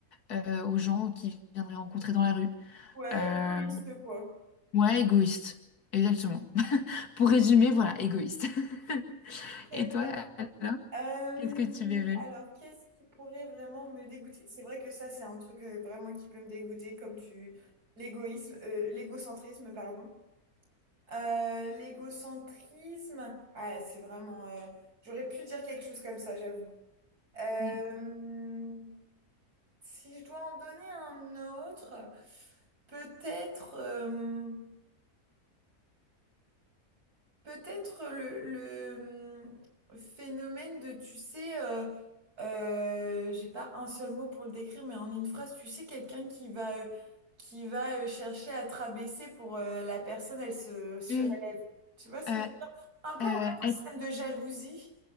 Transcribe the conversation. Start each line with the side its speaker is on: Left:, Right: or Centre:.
Left: euh, aux gens qu'il viendrait rencontrer dans la rue.
Right: Ouais,
Left: Euh,
Right: égoïste quoi.
Left: ouais, égoïste. Exactement. <laughs> Pour résumer, voilà, égoïste. <laughs>
Right: Très
Left: Et
Right: bien.
Left: toi, alors,
Right: Euh,
Left: qu'est-ce que tu verrais?
Right: alors, qu'est-ce qui pourrait vraiment me dégoûter? C'est vrai que ça, c'est un truc euh, vraiment qui peut me dégoûter, comme tu... L'égoïsme, euh, l'égocentrisme, pardon. Euh, l'égocentrisme, ah, c'est vraiment... euh, J'aurais pu dire quelque chose comme ça, j'avoue. Euh,
Left: Mm.
Right: si je dois en donner un autre, peut-être euh, peut-être le, le, hum, phénomène de, tu sais, euh, euh, j'ai pas un seul mot pour le décrire, mais en une phrase, tu sais, quelqu'un qui va euh, qui va euh, chercher à te rabaisser pour euh, la personne, elle se surélève.
Left: Mm.
Right: Tu vois ce
Left: Euh,
Right: que je veux dire? Un peu
Left: euh,
Right: en fait
Left: être
Right: un système de jalousie.